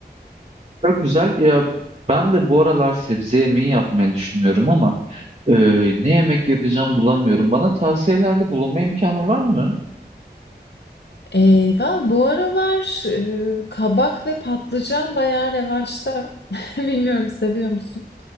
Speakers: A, on the right (about 40°); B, on the left (about 70°).
A: Çok güzel. Ya ben de bu aralar sebze yemeği yapmayı düşünüyorum ama e, ne yemek yapacağım bulamıyorum. Bana tavsiyelerde bulunma imkanı var mı?
B: Eee, bu aralar eee, kabak ve patlıcan bayağı revaçta. <laughs> Bilmiyorum seviyor musun?